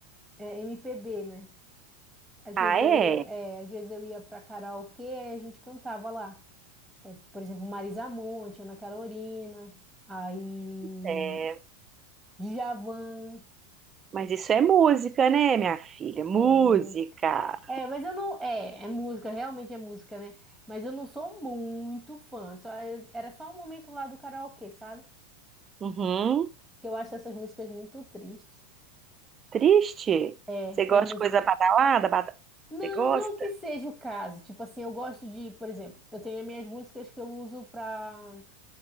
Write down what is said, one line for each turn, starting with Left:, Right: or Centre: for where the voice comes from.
Centre: é, MPB, né? Às
Right: Ah,
Centre: vezes eu
Right: é.
Centre: ia, é, às vezes eu ia para karaokê e a gente cantava lá. É, por exemplo, Marisa Monte, Ana Carolina, aí
Right: É.
Centre: Djavan.
Right: Mas isso é música, né, minha filha? Música.
Centre: É, um- é, mas eu não. É, é música, realmente é música, né? Mas eu não sou muito fã. Só, era só um momento lá do karaokê, sabe?
Right: Uhum.
Centre: que eu acho essas músicas muito tristes.
Right: Triste?
Centre: É,
Right: Você
Centre: essas
Right: gosta
Centre: músicas.
Right: de coisa badalada? bada-
Centre: Não,
Right: Você gosta?
Centre: não que seja o caso. Tipo assim, eu gosto de, por exemplo, eu tenho as minhas músicas que eu uso pra